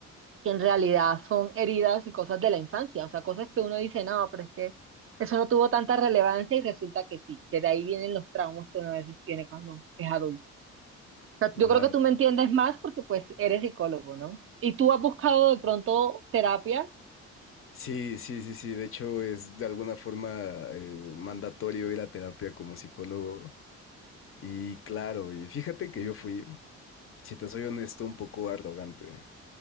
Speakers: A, on the right (about 45°); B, on the left (about 45°).
A: que en realidad son heridas y cosas de la infancia, o sea, cosas que uno dice, no, pero es que eso no tuvo tanta relevancia y resulta que sí, que de ahí vienen los traumas que uno a veces tiene cuando es adulto. O sea,
B: Claro.
A: yo creo que tú me entiendes más porque pues eres psicólogo, ¿no? Y tú has buscado de pronto terapia,
B: Sí, sí, sí, sí. De hecho, es de alguna forma eh, mandatorio ir a terapia como psicólogo. Y claro, y fíjate que yo fui, si te soy honesto, un poco arrogante,